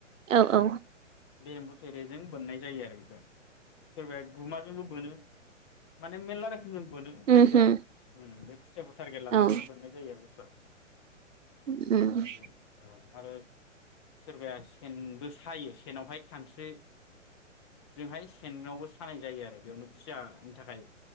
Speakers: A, on the right; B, on the left.
A: औ
B: ओ
A: औ
B: बे एम्बुथेरेजों बोननाय जायो आरो बेखौ सोरबाया गुमाजोंबो बोनो माने मेलला रोखोमजों बोनो जायखिजा
A: उमहो
B: ओं बे खुसियाखौ टारगेट लानानैनो
A: औ
B: बोननाय जायो आरो बुस्थुया
A: उम
B: बेबायदियै आरो सोरबाया सेनबो सायो सेनावहाय खानस्रिजोंहाय सेनावबो सानाय जायो आरो बेयावनो खुसियानि थाखाय